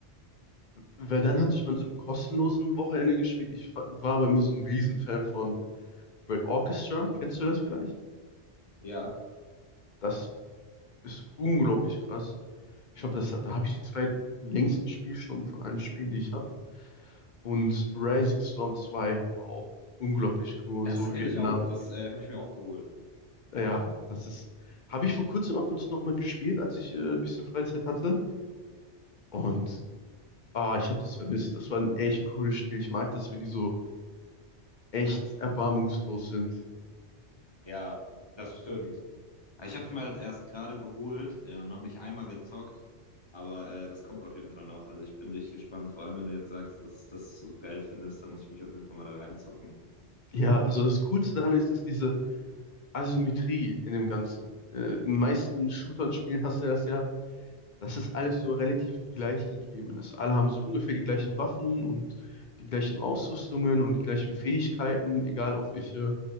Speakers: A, on the left; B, on the left.
A: Verdun hatte ich mal in so einem kostenlosen Wochenende gespielt. Ich fa- war aber immer so ein Riesenfan von Red Orchestra. Kennst du das vielleicht?
B: Ja,
A: Das ist unglaublich krass. Ich glaube, das, da habe ich die zwei längsten Spielstunden von allen Spielen, die ich habe. Und Rising Storm zwei war auch unglaublich cool.
B: das
A: So
B: kenne
A: Vietnam.
B: ich auch. Das äh, habe ich mir auch geholt.
A: Ja, das ist. Habe ich vor kurzem ab und zu nochmal gespielt, als ich äh, ein bisschen Freizeit hatte. Und Ah, ich habe das vermisst. Das war ein echt cooles Spiel. Ich mag das, wenn die so echt erbarmungslos sind.
B: Ja, das stimmt. Ich habe es mir halt erst gerade geholt äh, und noch nicht einmal gezockt. Aber äh, das kommt auf jeden Fall noch. Also ich bin richtig gespannt. Vor allem, wenn du jetzt sagst, dass du das so geil findest, dann muss ich mich auf jeden Fall mal da reinzocken.
A: Ja, also das Coolste daran ist, ist diese Asymmetrie in dem Ganzen. Äh, in den meisten Shootern-Spielen hast du das ja, dass es alles so relativ gleich gegeben ist. Alle haben so ungefähr die gleichen Waffen und die gleichen Ausrüstungen und die gleichen Fähigkeiten, egal auf welche